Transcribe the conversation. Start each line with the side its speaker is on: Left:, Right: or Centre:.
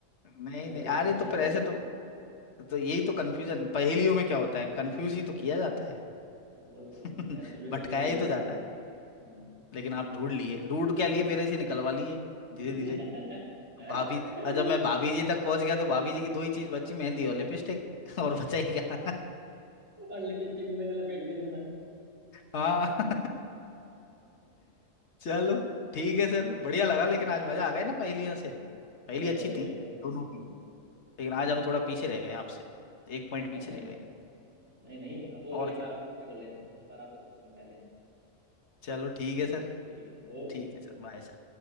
Left: नहीं
Right: मैं भटक
Left: नहीं
Right: रहा
Left: अरे
Right: हूँ
Left: तो
Right: सब्जियों
Left: फिर ऐसे
Right: पे
Left: तो तो यही तो कंफ्यूजन पहेलियों में क्या होता है
Right: हम्म,
Left: कंफ्यूज ही तो किया जाता है
Right: चलो कोई
Left: <laughs>
Right: नहीं खैर सोल्यूशन
Left: भटकाया
Right: मिल
Left: ही
Right: गया
Left: तो जाता
Right: हमें
Left: है
Right: हम्म।
Left: लेकिन आप ढूंढ लिए ढूंढ क्या लिए मेरे से निकलवा लिए धीरे
Right: <laughs>
Left: धीरे भाभी और जब मैं भाभी जी तक पहुंच गया तो भाभी जी की दो ही चीज बची मेहंदी और लिपस्टिक <laughs> और बचा ही क्या
Right: और लिपस्टिक भी मैंने लपेट दी उसमें
Left: हाँ <laughs> चलो ठीक है सर बढ़िया लगा लेकिन
Right: <laughs>
Left: आज मजा आ गया ना पहेलियों से
Right: हाँ,
Left: पहेली
Right: बढ़िया
Left: अच्छी
Right: बढ़िया
Left: थी
Right: एकदम
Left: दोनों की
Right: हम्म
Left: लेकिन आज हम थोड़ा पीछे रह गए आपसे एक पॉइंट पीछे
Right: अरे नहीं
Left: रह गए
Right: नहीं नहीं अब वो
Left: और
Right: अगली बार
Left: क्या
Right: आप पूरी कर लेना इस बार आपसे पूछेंगे पहले हम
Left: चलो ठीक
Right: ठीक
Left: है
Right: है
Left: सर
Right: ठीक है सर ओके
Left: ठीक है सर बाय सर